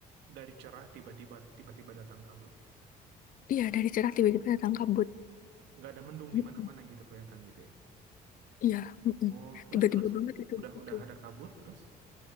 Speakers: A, on the right (about 85°); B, on the left (about 55°).
A: dari cerah tiba-tiba tiba-tiba datang kabut.
B: Iya, dari cerah tiba-tiba datang kabut.
A: Nggak ada mendung
B: Mm-mm.
A: di mana-mana gitu kelihatan gitu ya.
B: Iya, mm-mm.
A: Oh, terus
B: Tiba-tiba
A: terus
B: banget itu.
A: udah udah ada kabut terus.